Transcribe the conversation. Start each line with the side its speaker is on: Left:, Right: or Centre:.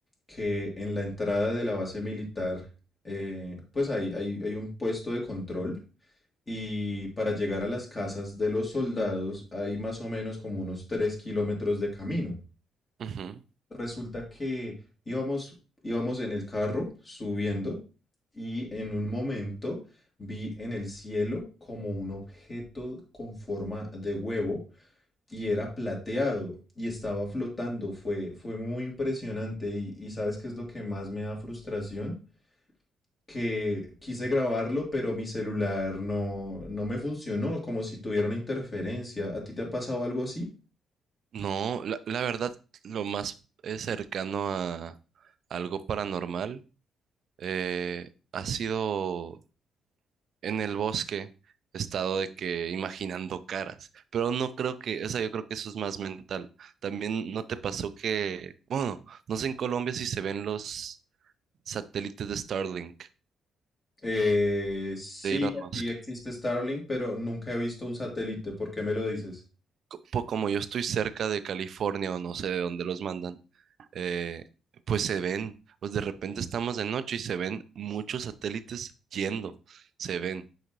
Left: que en la entrada de la base militar, eh, pues hay, hay, hay un puesto de control y para llegar a las casas de los soldados hay más o menos como unos 3 kilómetros de camino.
Right: Ujú.
Left: Resulta que íbamos, íbamos en el carro subiendo y en un momento vi en el cielo como un objeto con forma de huevo y era plateado y estaba flotando. Fue, fue muy impresionante y, y ¿sabes qué es lo que más me da frustración? que quise grabarlo, pero mi celular no, no me funcionó, como si tuviera una interferencia. ¿A ti te ha pasado algo así?
Right: No, la, la verdad, lo más eh, cercano a algo paranormal eh, ha sido en el bosque, he estado de que imaginando caras, pero no creo que, o sea, yo creo que eso es más mental. También no te pasó que, bueno, no sé en Colombia si se ven los satélites de Starlink,
Left: Eh, sí,
Right: de Elon
Left: aquí
Right: Musk.
Left: existe Starlink, pero nunca he visto un satélite. ¿Por qué me lo dices?
Right: Co- po- Como yo estoy cerca de California o no sé de dónde los mandan. eh, pues se ven, pues de repente estamos de noche y se ven muchos satélites yendo, se ven.